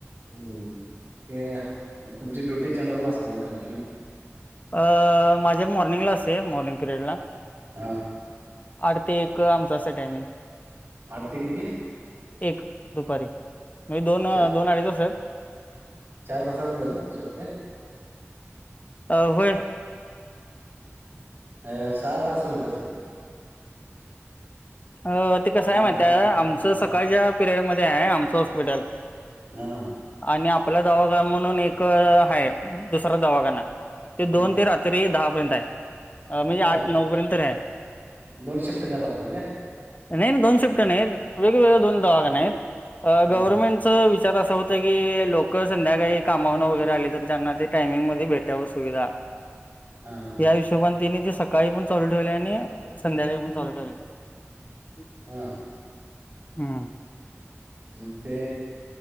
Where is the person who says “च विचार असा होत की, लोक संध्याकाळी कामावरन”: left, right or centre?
Left